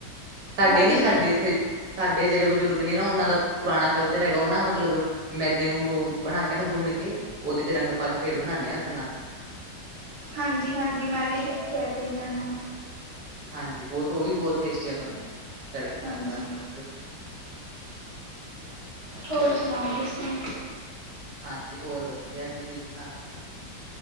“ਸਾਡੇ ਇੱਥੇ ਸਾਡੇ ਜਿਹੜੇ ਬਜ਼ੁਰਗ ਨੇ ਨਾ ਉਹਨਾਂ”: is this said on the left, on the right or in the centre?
Right